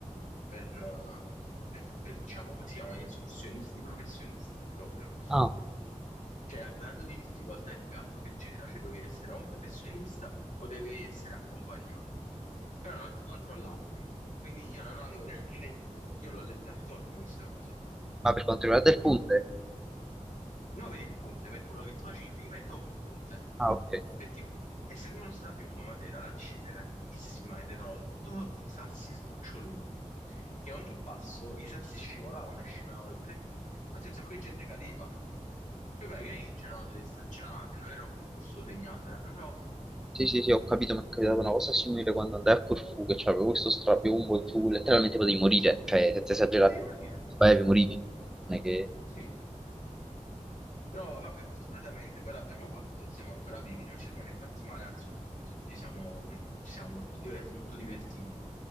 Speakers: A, on the left; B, in the centre.
A: per, eh, per- per, diciamo, come si chiama, gli escursionisti professionisti proprio.
B: Ah,
A: Cioè, a grado di difficoltà il più alto che c'era, cioè dovevi essere o un professionista o dovevi essere accompagnato però non ti controllavano. Quindi io non avevo neanche letto, io l'ho letta al ritorno questa cosa.
B: ma per quanto riguarda il ponte?
A: Ma non per il ponte, per quello che tu facevi prima e dopo il ponte.
B: Ah, ok.
A: Perché essendo uno strapiombo a Matera, la discesa era ripidissima ed erano tutto sassi sdrucciolevoli, che a ogni passo i sassi scivolavano e scivolavano, pure tu. Infatti un sacco di gente cadeva. Poi magari c'erano delle staccionate, non era un percorso segnato, era proprio...
B: Sì, sì, sì, ho capito, mi è capitata una cosa simile quando andai a Corfù, che c'avevo questo strapiombo e tu letteralmente potevi morire, cioè senza esagerare,
A: Potevi morire,
B: sbagliavi, morivi. Non è che...
A: sì. Però vabbè, fortunatamente poi l'abbiamo fatto e siamo ancora vivi, non ci siamo né fatti male, anzi ci siamo, ci siamo tutti e due molto divertiti.